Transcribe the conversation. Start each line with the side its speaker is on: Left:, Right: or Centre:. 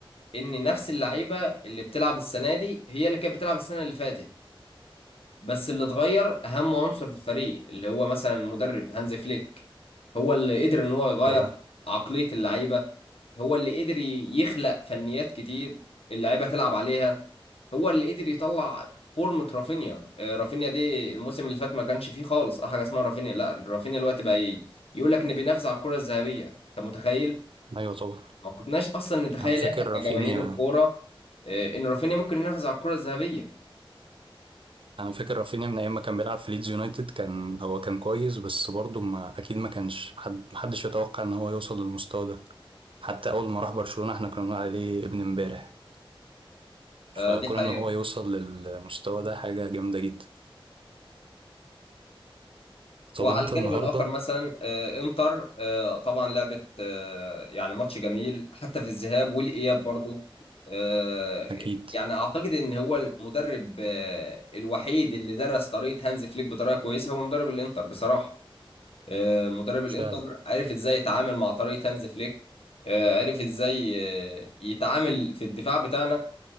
Left: ان نفس اللعيبه اللي بتلعب السنه دي هي اللي كانت بتلعب السنه اللي فاتت بس اللي اتغير اهم عنصر في الفريق اللي هو مثلا المدرب هانز فليك هو اللي قدر ان هو يغير
Right: طبعا
Left: عقليه اللعيبه هو اللي قدر يخلق فنيات كتير اللعيبه تلعب عليها هو اللي قدر يطلع فورمة رافينيا آه، رافينيا دي الموسم اللي فات ما كانش فيه خالص اه حاجه اسمها رافينيا لا رافينيا الوقت بقى ايه يقول لك ان بينافس على الكره الذهبيه انت متخيل
Right: ايوه طبعا
Left: ما كناش اصلا نتخيل
Right: انا فاكر
Left: احنا
Right: رافينيا
Left: كجماهير الكوره آه، ان رافينيا ممكن ينافس على الكره الذهبيه
Right: انا فاكر رافينيا من ايام ما كان بيلعب في ليدز يونايتد كان هو كان كويس بس برضو ما اكيد ما كانش حد محدش يتوقع ان هو يوصل للمستوى ده حتى اول ما راح برشلونة احنا كنا بنقول عليه ابن امبارح فكون
Left: آه، دي حقيقه
Right: ان هو يوصل للمستوى ده حاجة جامدة جدا طب
Left: وعلى
Right: انت
Left: الجانب
Right: النهارده
Left: الاخر مثلا آه، انتر آه، طبعا لعبت آه، يعني ماتش جميل حتى في الذهاب والاياب برضو آه،
Right: اكيد
Left: يعني اعتقد ان هو المدرب آه، الوحيد اللي درس طريقه هانز فليك بطريقه كويسه هو مدرب الانتر بصراحه آه، مدرب الانتر
Right: فعلا
Left: عرف ازاي يتعامل مع طريقه هانز فليك آه، عرف ازاي آه، يتعامل في الدفاع بتاعنا